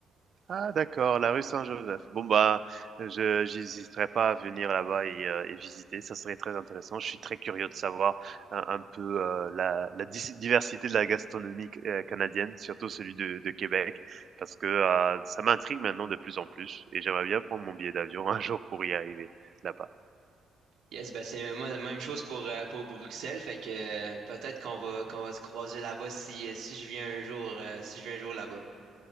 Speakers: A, on the right; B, on the right.
A: Ah d'accord, la rue Saint-Joseph. Bon bah, je j'hésiterai pas à venir là-bas et heu, et visiter, ça serait très intéressant. Je suis très curieux de savoir un un peu, heu, la la dis diversité de la gastronomie c canadienne, surtout celui de de Québec, parce que, heu, ça m'intrigue maintenant de plus en plus et j'aimerais bien prendre mon billet d'avion <laughs> un jour pour y arriver là-bas.
B: Yes, ben c'est moi, la même chose pour, euh, pour Bruxelles. Fait que euh, peut-être qu'on va, qu'on va se croiser là-bas si, euh, si je viens un jour, euh, si je viens un jour là-bas.